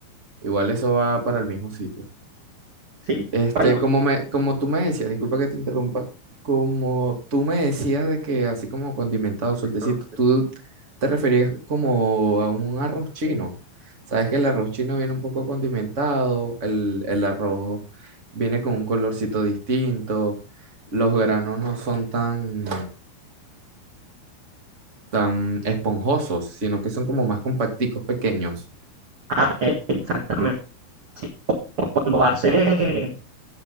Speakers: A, on the right; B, on the right.
A: igual eso va para el mismo sitio.
B: Sí,
A: Este,
B: bueno,
A: como me, como tú me decías, disculpa que te interrumpa, como tú me decías de que así como condimentado, sueltecito,
B: exacto.
A: tú te referías como a un arroz chino. Sabes que el arroz chino viene un poco condimentado, el, el arroz viene con un colorcito distinto, los granos no son tan, tan esponjosos, sino que son como más compacticos, pequeños.
B: Ah, eh, exactamente. así como cuando hace